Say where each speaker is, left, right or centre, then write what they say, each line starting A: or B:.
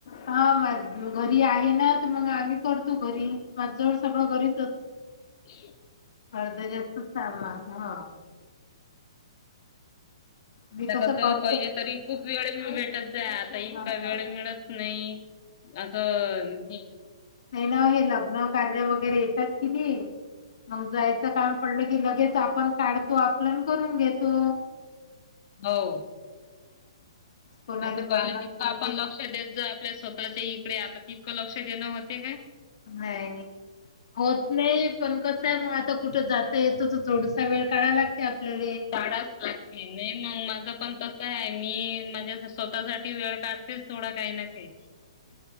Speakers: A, on the left (about 65°); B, on the left (about 50°).
A: हा म घरी आहे ना, तर मग आम्ही करतो घरी मग जर सगळं घरीच.
B: ह
A: अर्ध जास्त सामान, हा मी
B: आता कसं,
A: करतो
B: पहिले तरी खूप वेळ भेटत जा आता इतका
A: हा
B: वेळ मिळत नाही असं हे
A: हेला ना हे लग्न कार्य वगैरे येतात, कि नाही मग जायचं काम पडलं की, लगेच आपण काढतो आपलं अन् करून घेतो.
B: हो
A: कोणाले
B: आता
A: मागा
B: पहिलं जितकं
A: आणि
B: आपण
A: ते
B: लक्ष देत जा आपल्या सो ताच्या इकडे आता तितकं लक्ष देणं होते काय?
A: नाही, होत नाही. पण कसं आहे, मग आता कुठे जात येतो तर थोडसा वेळ काढाला लाग ते आपल्याले.
B: काडावच लागते, नाही मग माझं पण तस सं आहे, मी माझ्या स्वतःसाठी वेळ काढतेच थोडा काही ना काही.